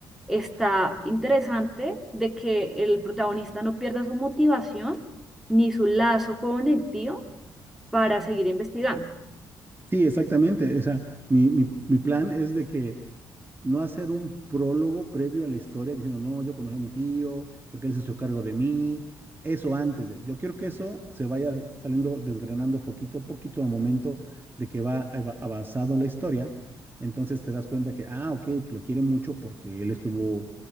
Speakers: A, in the centre; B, on the right (about 20°).
A: está interesante de que el protagonista no pierda su motivación ni su lazo con el tío para seguir investigando.
B: Sí, exactamente. O sea, mi, mi, mi plan es de que no hacer un prólogo previo a la historia diciendo, no, yo conocí a mi tío, porque él se hizo cargo de mí. Eso antes de. Yo quiero que eso se vaya saliendo, desgranando poquito a poquito a momento de que va av- avanzando la historia. Entonces te das cuenta que, ah, ok, pues lo quiere mucho porque él estuvo